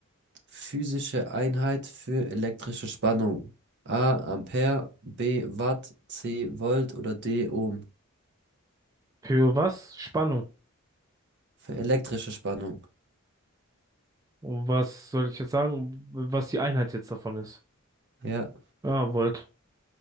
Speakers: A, on the right (about 55°); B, on the right (about 15°).
A: physische Einheit für elektrische Spannung? A, Ampere, B, Watt, C, Volt oder D, Ohm?
B: Für was? Spannung.
A: Für elektrische Spannung.
B: Was soll ich jetzt sagen, was die Einheit jetzt davon ist?
A: Ja,
B: Ah, Volt.